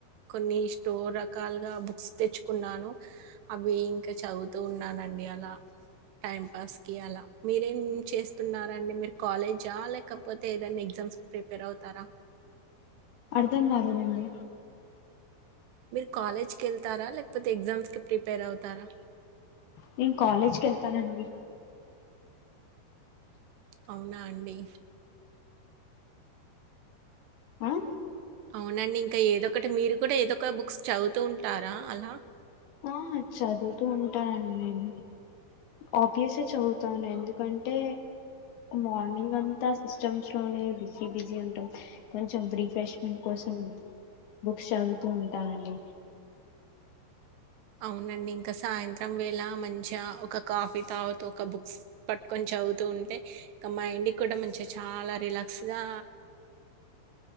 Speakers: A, on the right; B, on the left.
A: కొన్ని స్టోర్ రకాలుగా బుక్స్ తెచ్చుకున్నాను అవి ఇంకా చదువుతూ ఉన్నానండి అలా టైం పాస్ కి అలా మీరేం చేస్తున్నారండి మీరు కాలేజ ఆ లె కాకపోతే ఏదైనా ఎగ్జామ్స్కి ప్రిపేర్ అవుతారా
B: అర్థం కాలేదండి
A: మీరు కాలేజ్ క వెళ్తారా లేకపోతే ఎగ్జామ్స్ కి ప్రిపేర్ అవుతారా
B: నేను కాలేజ్క వెళ్తానండి
A: అవునా అండి
B: ఆ
A: అవునండి ఇంకా ఏదొ ఒకటి మీరు కూడా ఏదో ఒక బుక్స్ చదువుతూ ఉంటారా అలా
B: ఆ చదువుతూ ఉంటానండి నేను ఆబ్వియస్గా చదువుతాను ఎందుకంటే మార్నింగ్ అంతా సిస్టమ్స్ లోనే బిజీ బిజీ ఉంటాం కొంచెం రీఫ్రెష్మెంట్ కోసం బుక్స్ చదువుతూ ఉంటానండి
A: అవునండి ఇంకా సాయంత్రం వేళ మంచిగా ఒక కాఫీ తావాత ఒక బుక్స్ పట్టుకొని చదువుతూ ఉంటే ఇంకా మైండ్కి కూడా మంచిగా చాలా రిలాక్స్గా